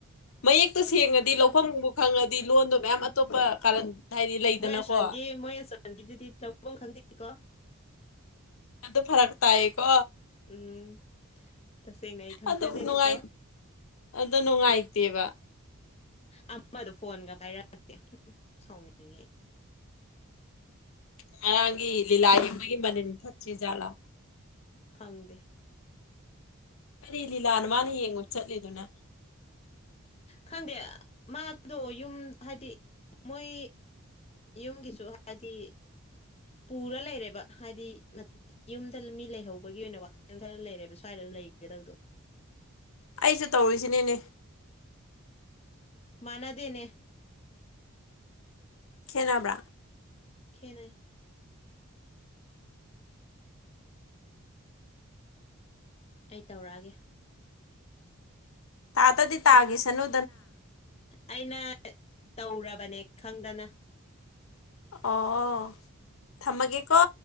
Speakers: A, on the left (about 70°); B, on the left (about 30°).
A: ꯃꯌꯦꯛꯇꯣ ꯁꯦꯡꯉꯗꯤ ꯂꯧꯐꯝꯕꯨ ꯈꯪꯉꯗꯤ ꯂꯣꯟꯗꯣ ꯃꯌꯥꯝ ꯑꯇꯣꯞꯄ ꯀꯥꯔꯟ ꯍꯥꯏꯗꯤ ꯂꯩꯗꯅꯀꯣ
B: ꯃꯣꯏ ꯑꯁꯣꯟꯒꯤ ꯃꯣꯏ ꯑꯁꯣꯟꯒꯤꯗꯨꯗꯤ ꯂꯧꯐꯝ ꯈꯪꯗꯦꯀꯣ
A: ꯑꯗꯨ ꯐꯔꯛ ꯇꯥꯏꯌꯦꯀꯣ
B: ꯎꯝ ꯇꯁꯦꯡꯅ ꯑꯩ ꯈꯪꯖꯗꯦꯀꯣ
A: ꯑꯗꯨ ꯅꯨꯡꯉꯥꯏ ꯑꯗꯨ ꯅꯨꯡꯉꯥꯏꯇꯦꯕ
B: ꯑꯃꯗꯣ ꯐꯣꯟꯒ ꯄꯥꯏꯔꯛꯛꯇꯦ ꯁꯥꯎꯅꯤꯡꯉꯦ ꯑꯩ
A: ꯉꯔꯥꯡꯒꯤ ꯂꯤꯂꯥ ꯌꯦꯡꯕꯒꯤ ꯃꯅꯤꯟ ꯐꯠꯁꯤ ꯖꯥꯠꯂꯥ
B: ꯈꯪꯗꯦ
A: ꯀꯔꯤ ꯂꯤꯂꯥꯅ ꯃꯥꯅ ꯌꯦꯡꯉꯨ ꯆꯠꯂꯤꯗꯨꯅ
B: ꯈꯪꯗꯦ ꯃꯥꯗꯣ ꯌꯨꯝ ꯍꯥꯏꯗꯤ ꯃꯣꯏ ꯌꯨꯝꯒꯤꯁꯨ ꯍꯥꯏꯗꯤ ꯄꯨꯔ ꯂꯩꯔꯦꯕ ꯍꯥꯏꯗꯤ ꯌꯨꯝꯗ ꯃꯤ ꯂꯩꯍꯧꯕꯒꯤ ꯑꯣꯏꯅ ꯋꯥꯈꯜ ꯈꯔ ꯂꯩꯔꯦꯕ ꯁ꯭ꯋꯥꯏꯗ ꯂꯩꯒ ꯗꯧꯗꯨ
A: ꯑꯩꯁꯨ ꯇꯧꯔꯤꯁꯤꯅꯤꯅꯦ
B: ꯃꯅꯥꯗꯦꯅꯦ
A: ꯈꯦꯠꯅꯕ꯭ꯔꯥ
B: ꯈꯦꯅꯩ ꯑꯩ ꯇꯧꯔꯛꯑꯒꯦ
A: ꯇꯥ ꯇꯗꯤ ꯇꯥꯒꯤꯁꯅꯨ
B: ꯑꯩꯅ ꯇꯧꯔꯕꯅꯦ ꯈꯪꯗꯅ
A: ꯑꯣꯑꯣ ꯊꯝꯃꯒꯦꯀꯣ